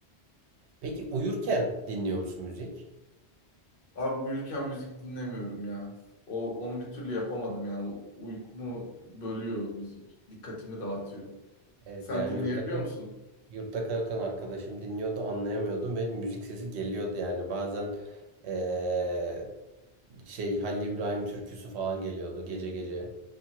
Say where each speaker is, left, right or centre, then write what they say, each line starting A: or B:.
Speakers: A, on the right; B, on the left.
A: Peki uyurken dinliyor musun müzik?
B: Abi uyurken müzik dinlemiyorum ya. O onu bir türlü yapamadım yani. U- Uykumu bölüyor müzik. Dikkatimi dağıtıyor.
A: Ee,
B: Sen
A: ben yurtta
B: dinleyebiliyor musun?
A: Yurtta kalırken arkadaşım dinliyordu, anlayamıyordum ve müzik sesi geliyordu yani. Bazen eee, şey Halil İbrahim türküsü falan geliyordu gece gece.